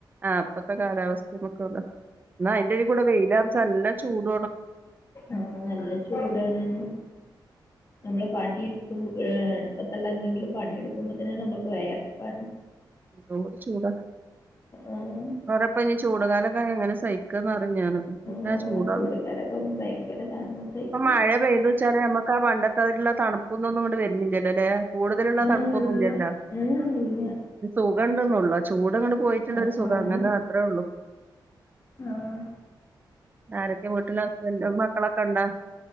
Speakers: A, on the right; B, on the left.
A: ആ ഇനത്തെ കാലാവസ്ഥയൊക്കൂല എന്നായ്ന്റെയ് കൂടെ വെയിലാർച്ച നല്ല ചൂട
B: ആ നല്ല ചൂടണേനു നമ്മള് പണി മ്പ ഏ ടുപ്പത്തുള്ള എന്തെങ്കിലും പണിയെടുക്കുമ്പോ തന്നെ നമ്മ <unintelligible>
A: ന്തോചൂട
B: ആഹ്
A: വറെപ്പ ഇ ചൂട് കാലൊക്കെ അങ്ങനെ സഹിക്ക്ന്ന് ന്നാണ്.
B: ആഹ്
A: ന്നാചൂടാണ്.
B: ചൂടക്കാലൊക്കെ ഭയങ്കര ഇതാണ് സഹിക്ക
A: പ്പ മഴ പെയ്തൂച്ചാല നമ്മക്ക് <inaudible> <unintelligible> തണുപ്പൊന്നുന്നുങ്ങട് വെരുന്നില്ലല്ലോ അല്ലെ കൂടുതലുള്ള
B: ഏഹ്
A: തണുപ്പൊന്നുംല്ലല്ലോ
B: ഇല്ല ഏഹ് ഇല്ല
A: <unintelligible> ടങ്ങട് പോയിട്ടുള്ളരു
B: ആഹ്
A: സുഖം
B: ആഹ്
A: ങ്ങനെ അത്രേ ഉള്ളു
B: ആഹ്
A: ആരൊക്കെ വീട്ടില് ഹസ്ബൻഡും മക്കളൊക്കെണ്ടോ